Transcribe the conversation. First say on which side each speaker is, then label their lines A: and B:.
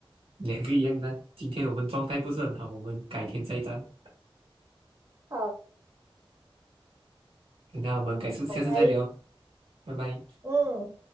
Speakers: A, on the right; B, on the right.
A: 两个一样的，今天我们状态不是很好，我们改天再战。
B: 好，
A: 那我们改次下次再聊，
B: 拜，
A: 拜拜。
B: 嗯。